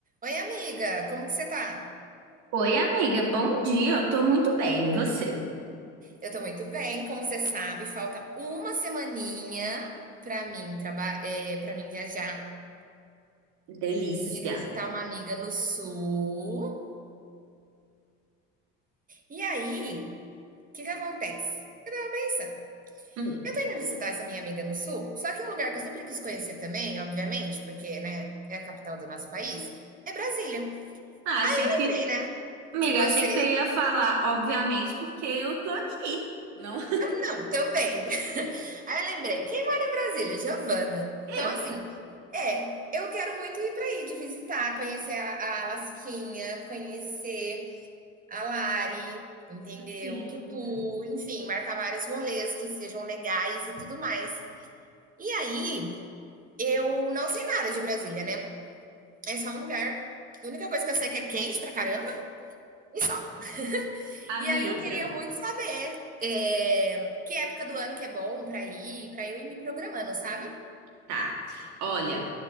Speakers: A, on the right (about 30°); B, on the right (about 65°).
A: Oi, amiga, como que você tá?
B: Oi, amiga, bom dia. Eu tô muito bem, e você?
A: Eu tô muito bem, como você sabe, falta uma semaninha pra mim traba- é, para mim viajar.
B: Delícia.
A: Tô indo visitar uma amiga no sul. E aí, o que que acontece? Eu tava pensando,
B: Hum.
A: eu tô indo visitar essa minha amiga no sul, só que um lugar que eu sempre quis conhecer também, obviamente, porque, né, é a capital do nosso país, é Brasília.
B: Ah, achei
A: Lembrei,
B: que,
A: né?
B: amiga,
A: Que você.
B: achei que você ia falar, obviamente, porque eu tô aqui, não
A: Não, também, Aí eu lembrei, quem mora em Brasília? Giovana. Então,
B: <laughs> eu.
A: assim, é, eu quero muito ir para aí, de visitar, conhecer a, a Lasquinha, conhecer a Lari, entendeu?
B: Sim,
A: Tutu, enfim, marcar vários rolês que sejam legais e tudo mais. E aí, eu não sei nada de Brasília, né? É só um lugar. A única coisa que eu sei é que é quente pra caramba e só.
B: amiga.
A: E aí eu queria muito saber é, que época do ano que é bom pra ir, pra eu ir me programando, sabe?
B: Tá. Olha,